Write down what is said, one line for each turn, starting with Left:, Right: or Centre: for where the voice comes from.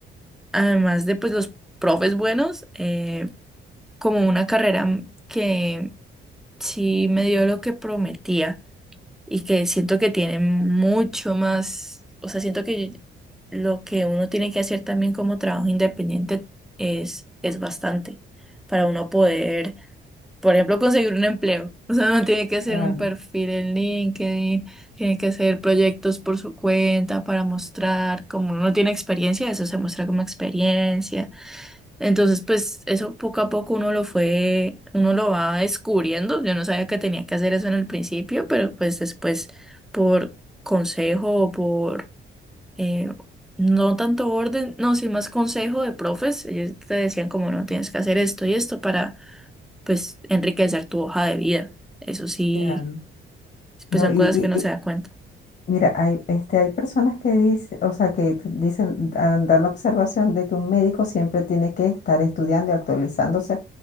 Centre: además de pues los profes buenos, eh, como una carrera que sí me dio lo que prometía y que siento que tiene mucho más, o sea, siento que lo que uno tiene que hacer también como trabajo independiente es, es bastante para uno poder, por ejemplo, conseguir un empleo. O sea, uno tiene que hacer
Left: claro,
Centre: un perfil en LinkedIn, tiene que hacer proyectos por su cuenta para mostrar, como uno tiene experiencia, eso se muestra como experiencia. Entonces, pues eso poco a poco uno lo fue, uno lo va descubriendo. Yo no sabía que tenía que hacer eso en el principio, pero pues después por consejo o por eh, no tanto orden, no, sí más consejo de profes, ellos te decían como no tienes que hacer esto y esto para pues enriquecer tu hoja de vida. Eso sí,
Left: claro.
Centre: pues
Left: No,
Centre: son
Left: y,
Centre: cosas
Left: y-
Centre: que uno
Left: y,
Centre: se da cuenta.
Left: mira, hay, este, hay personas que dicen, o sea, que t- dicen, dan dan la observación de que un médico siempre tiene que estar estudiando y actualizándose